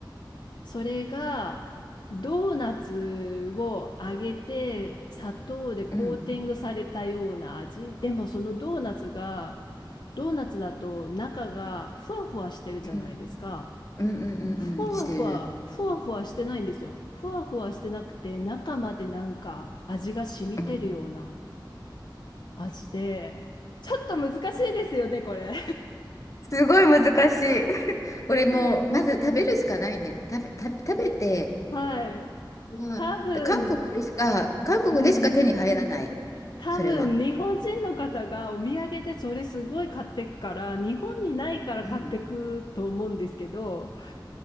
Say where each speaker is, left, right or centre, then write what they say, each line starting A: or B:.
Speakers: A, on the left (about 65°); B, on the left (about 40°).
A: それが、ドーナツを揚げて、砂糖でコーティングされたような味。
B: うん、
A: でも、そのドーナツが、ドーナツだと中がふわふわしてるじゃないですか。
B: うん、うん、うん、うんうんしてる。
A: ふわふわ、ふわふわしてないんですよ。ふわふわしてなくて、中までなんか味が染みてるような
B: うん。
A: 味で、ちょっと難しいですよね、これ。
B: すごい難しい。<laughs> これもう、
A: <laughs>
B: まず食べるしかないね。食べ、食べ食べて、
A: はい。
B: まあ、
A: 多分、
B: で、韓国でしか、韓国でしか手に入らない。
A: うん。多分、
B: それは。
A: 日本人の方がお土産でそれすごい買ってくから、日本にないから買ってくと思うんですけど、
B: うん。